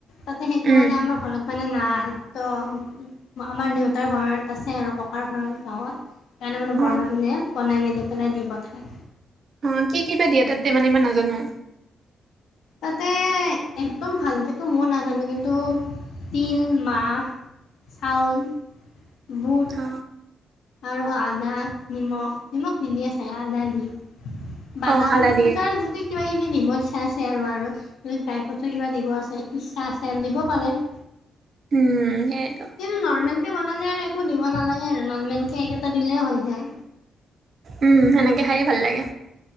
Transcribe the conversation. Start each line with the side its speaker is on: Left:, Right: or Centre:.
Left: তাতে সেইটো
Right: উম
Left: মানে আমাৰ ঘৰত। মানে নাই তো আমাৰ দেউতাৰ ঘৰত আছে আৰু ককাৰ ঘৰত গাঁৱত। সেইকাৰণে মানে বৰমাই
Right: অ
Left: বনাই মেলি পেলাই দি পঠায়।
Right: অ কি কি বা দিয়ে তাতে মানে ই মই নাজানো।
Left: তাতে একদম ভালকেতো ময়ো নাজানো কিন্তু। তিল মাহ চাউল। বুট
Right: অ
Left: আৰু
Right: অ
Left: আদা নিমখ নিমখ নিদিয়ে চাগে আদা দিয়ে। বাদাম
Right: অ আদা দিয়ে
Left: তাৰ জুতি। কিবা কিবি দিব ইচ্ছা আছে আৰু আৰু ড্ৰাই ফ্ৰুটছো কিবা দিব আছে ইচ্ছা আছে আৰু দিব পাৰে। <inaudible>
Right: উম সেইটো।
Left: কিন্তু <unintelligible> বনালে আৰু একো দিব নালাগে আৰু নৰ্মেলকে এইকেইটা দিলে হৈ যায়।
Right: উম সেনেকে খায়ে ভাল লাগে।